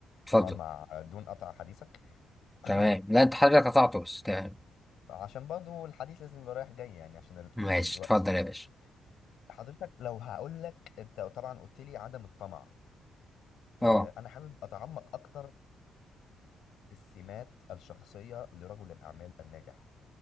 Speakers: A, in the centre; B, on the left (about 75°).
A: اتفضل
B: طبعا مع دون قطع حديثك <clears throat>
A: تمام لا انت حضرتك قطعته بس تمام
B: عشان برضو الحديث لازم يبقى رايح جاي يعني عشان ال...
A: ماشي
B: ال... الوقت
A: اتفضل
B: وكده.
A: يا باشا
B: حضرتك لو هقول لك انت طبعا قلت لي عدم الطمع آه،
A: اه
B: انا حابب اتعمق اكتر في السمات الشخصيه لرجل الاعمال الناجح